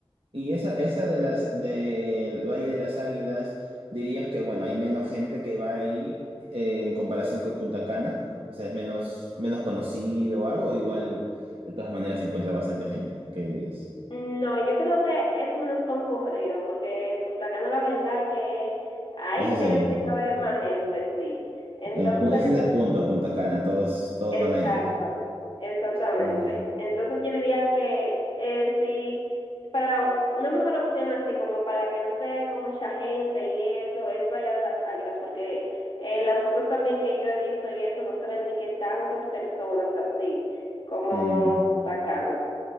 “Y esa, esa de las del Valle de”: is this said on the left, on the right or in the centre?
Right